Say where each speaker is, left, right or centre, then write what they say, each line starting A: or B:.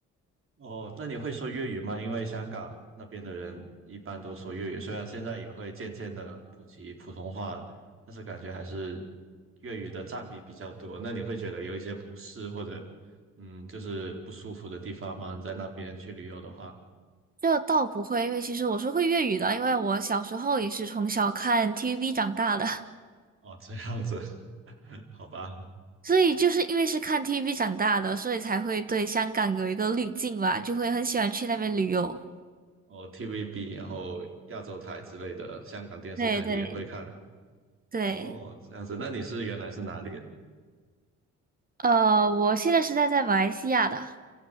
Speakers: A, on the right; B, on the right.
A: 哦，那你会说粤语吗？因为香港那边的人一般都说粤语，虽然现在也会渐渐的普及普通话了，但是感觉还是粤语的占比比较多。那你会觉得有一些不适或者嗯，就是不舒服的地方吗？在那边去旅游的话，
B: 这倒不会，因为其实我是会粤语的，因为我小时候也是从小看 TVB 长大的，<laughs>
A: 哦，这样子，<laughs> 好吧。
B: 所以就是因为是看 TVB 长大的，所以才会对香港有一个滤镜吧，就会很喜欢去那边旅游。
A: 哦，TVB，然后亚洲台之类的，香港电视台你也会看
B: 对对对，
A: 哦，这样子。那你是原来是哪里人？
B: 呃，我现在是在在马来西亚的。